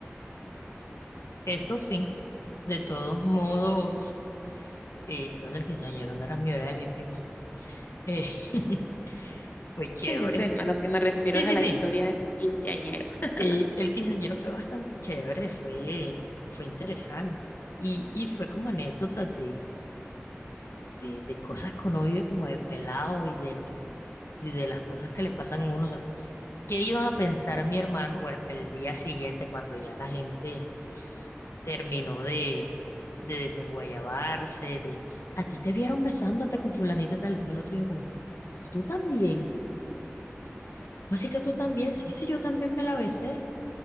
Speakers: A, on the left; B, on the left.
A: Eso sí, de todos modos, eh, bueno, el quinceañero no era mi hora de mi prima. Eh, <laughs> fue chévere.
B: Sí, yo sé, a lo que me refiero
A: Sí,
B: es
A: sí,
B: a la
A: sí.
B: historia de tu quinceañero. <laughs>
A: eh, el quinceañero fue bastante chévere, fue, fue interesante. Y, y fue como anécdotas de, de, de cosas que uno vive como de pelado y de los, y de las cosas que le pasan a uno. O sea, ¿qué iban a pensar mi hermano? Bueno, el día siguiente, cuando ya la gente terminó de, de desenguayabarse, de, a ti te vieron besándote con fulanita y tal, entonces el otro dijo como, tú también, ¿cómo así que tú también? Sí, sí, yo también me la besé,